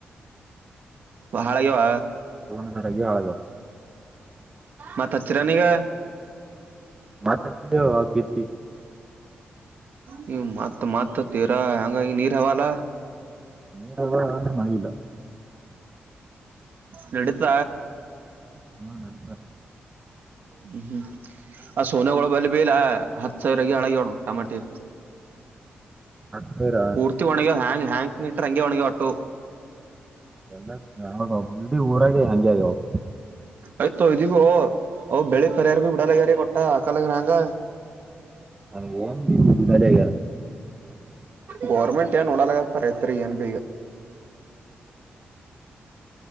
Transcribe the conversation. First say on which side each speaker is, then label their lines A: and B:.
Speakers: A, on the right; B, on the right.
A: ಬಹಳ ಯ
B: ದೋನ್ ಹಜಾರ್ ಆಗಿ ಹಾಳಾಗ್ಯಾವ
A: ಮತಚ್ಚರನಗ
B: ಮಾತ ಸಿ ಕತಿ
A: ನೀ ಮತ್ ಮತ್ ತೀರಾ ಹಂಗಾಗಿ ನೀರ್ ಹವಲ್ಲ
B: ನೀರ ಯಂದ್ರೆ ಮಳ ಇಲ್ಲ
A: ನಡತ
B: ಹ್ಮ ನಡಿುತ್ತ
A: ಹ್ಮ್ ಹ್ಮ್ ಆ ಸೋನಗಳು ಬಲ್ಬಿಲ್ಲ ಹತ್ತು ಸಾವಿರಕ್ಕೆ ಅಳಗೋಣ ಟಮಾಟೆ
B: ಹತ್ತಿರ
A: ಪೂರ್ತಿ ಒಣಿಗಿವ ಹ್ಯಾಂಗ್ ಹ್ಯಾಂಗ ನಿಟ್ರ ಹಂಗೆ ಒಣಗಾವ ಅಟ್ಟು
B: ಎಲ್ಲ ಇಡೀ ಊರಾಗ ಹಂಗೆಗ ಹೋಗ
A: ಆಯ್ತೋ ಇದೀವಿ ಓ್ ಬೆಳಿ ಪರಿಹಾರ ಬಿ ಬಿಡಲ್ಲಗ್ಯಾರಿ ಕೊಟ್ಟ ಹಾಕಲಾಗ ನಂಗ
B: ಅ ಏನ್ದಗ
A: ಗೋರ್ಮೆಂಟ್ ಏನ್ ನೋಡಲ್ಲಪ್ಪ ರೈತ್ರಿ ಏನ್ ಬೇಗ <inaudible>